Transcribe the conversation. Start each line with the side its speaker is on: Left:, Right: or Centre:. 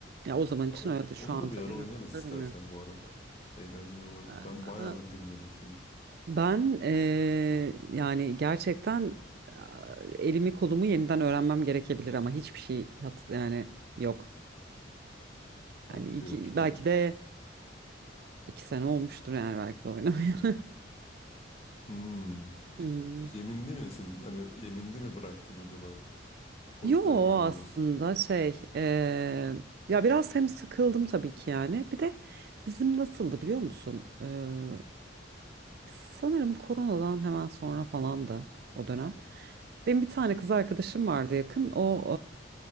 Right: Ya o zaman için
Left: Ya, o-
Right: öyle. Şu
Left: onu
Right: an
Left: da
Right: tabii
Left: bir ara oynarız
Right: nasıldır
Left: istersen
Right: bilmiyorum.
Left: bu arada. Eğlenceli olabilir.
Right: <laughs>
Left: Ben bayağıdır girmedim çünkü.
Right: Ben eee, yani gerçekten aa, elimi kolumu yeniden öğrenmem gerekebilir ama hiçbir şey hat yani yok. Hani
Left: Bende
Right: iki,
Left: de yok ya.
Right: belki de iki sene olmuştur yani belki de oynamıyorum. <laughs>
Left: Hmm.
Right: Hmm.
Left: Yeminli misin? Hani yeminli mi bıraktın acaba? O
Right: Yo
Left: yüzden mi oynamıyorsun?
Right: aslında şey eee, ya biraz hem sıkıldım tabii ki yani bir de bizim nasıldı biliyor musun? Eee, sanırım koronadan hemen sonra falandı o dönem. Benim bir tane kız arkadaşım vardı yakın o